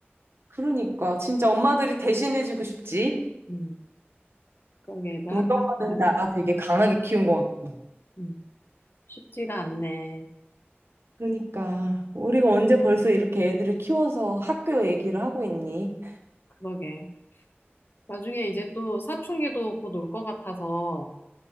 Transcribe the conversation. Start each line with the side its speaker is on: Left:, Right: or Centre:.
Right: 그러니까 진짜 엄마들이 대신해주고 싶지.
Left: 음, 그러게, 애들
Right: 우리
Left: 학교
Right: 엄마는
Left: 생활,
Right: 나 되게 강하게 키운 것 같고.
Left: 음, 쉽지가 않네.
Right: 그러니까 우리가 언제 벌써 이렇게 애들을 키워서 학교 얘기를 하고 있니?
Left: 그러게. 나중에 이제 또 사춘기도 곧 올 것 같아서,